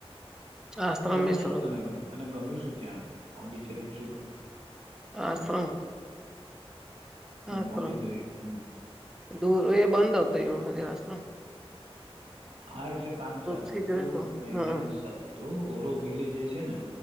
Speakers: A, in the centre; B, on the right (about 80°).
A: આશ્રમ
B: ત્યાંનું
A: વિશ્રમ
B: શું તને ગ તને ગમ્યું શું ત્યાંનું પોંડિચેરી શું ગમ્યું
A: આશ્રમ આશ્રમ
B: પોંડિચેરી હમ
A: દૂર એ બંધ હતો એ વખતે હાસમાં
B: હા એટલે કામ ચાલતુંતું
A: થી જોય તો
B: મેન્ટેનન્સ
A: હમ
B: ચાલતુંતું ઓરો વિલે જે છે, ને